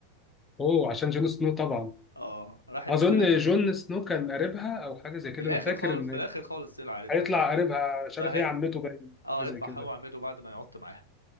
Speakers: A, on the left; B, on the left.
A: اوه عشان جون سنو طبعا
B: اه راحت
A: اظن
B: بثلاث
A: جون سنو كان قريبها او حاجه زي كده
B: في الاخر
A: انا فاكر
B: خالص
A: ان
B: في الاخر خالص طلع عارفها
A: هيطلع قريبها مش عارف
B: ده هيطلع
A: هي عمته باين
B: اه
A: حاجه زي
B: هيطلع
A: كده
B: هو عمته بعد ما يقعد معاها